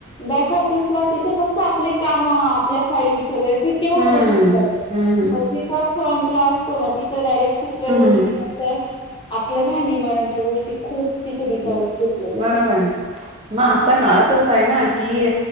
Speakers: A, on the left (about 25°); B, on the right (about 25°).
A: बॅक ऑफिसला. तिथे फक्त आपले काम आपल्या फाईल्स. वगैरे तेवढं
B: हं,
A: बघितलं जात
B: हं,
A: पण
B: हं.
A: जी पप फ्रंटला असतो ना. ती तर डायरेक्. सगळ्या
B: हं,
A: गोष्टी
B: हं,
A: कसय आपल्या राहणीमानाच्या गोष्टी. ती खूप तिथे विचारत
B: हं.
A: घेतले जातात.
B: बरोबर आहे. मग आजचा काळच असा आहे ना, की